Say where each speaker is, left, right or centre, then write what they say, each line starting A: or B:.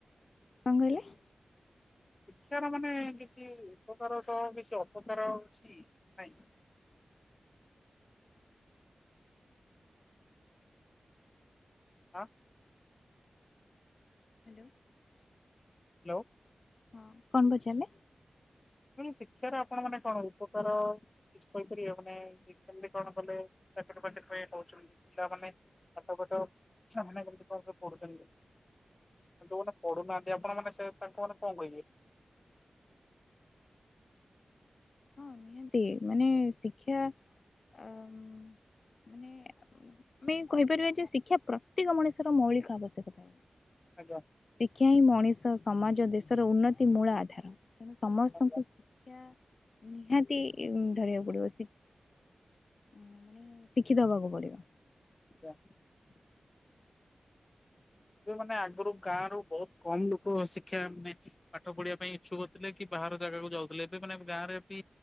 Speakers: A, on the left (about 65°); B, on the left (about 35°).
A: କଣ କହିଲେ?
B: ଶିକ୍ଷାର ମାନେ କିଛି ଉପକାର ସହ କିଛି ଅପକାର ଅଛି ନାଇଁ। ହ।
A: ହ୍ୟାଲୋ।
B: ହ୍ୟାଲୋ।
A: ହଁ କଣ ପଚାରିଲେ?
B: ମୁଁ କହିଲି ଶିକ୍ଷାର ଆପଣ ମାନେ କଣ ଉପକାର କିଛି କହିପାରିବେ ମାନେ କେମିତି କଣ କଲେ <unintelligible> ପିଲାମାନେ ପାଠ ପାଠ ଛୁଆମାନେ କେମିତି କଣ ପଢୁଛନ୍ତି। ଯୋଉମାନେ ପଢୁନାହାନ୍ତି ଆପଣମାନେ ସେ ତାଙ୍କୁ ମାନଙ୍କୁ କଣ କହିବେ?
A: ହଁ ନିହାତି ମାନେ ଶିକ୍ଷା ଆ ମାନେ ଆମେ କହିପାରିବା ଯେ ଶିକ୍ଷା ପ୍ରତ୍ୟେକ ମଣିଷର ମୌଳିକ ଆବଶ୍ୟକତା।
B: ଆଜ୍ଞା
A: ଶିକ୍ଷା ହିଁ ମଣିଷ ସମାଜ ଦେଶର ଉନ୍ନତି ମୂଳ ଆଧାର। ତେଣୁ ସମସ୍ତଙ୍କୁ
B: ଆଜ୍ଞା
A: ଶିକ୍ଷା ନିହାତି ଧରିବାକୁ ପଡିବ ଶି ମାନେ ଶିକ୍ଷିତ ହବାକୁ ପଡିବ।
B: ଜ୍ଞା ଯୋଉ ମାନେ ଆଗରୁ ଗାଁ ରୁ ବହୁତ କମ ଲୋକ ଶିକ୍ଷା ମାନେ ପାଠ ପଢିବା ପାଇଁ ଇଚ୍ଛୁକ ଥିଲେ କି ପା ବାହାର ଜାଗାକୁୁ ଯାଉଥିଲେ ଏବେ ମାନେ ଗାଁରେ ବି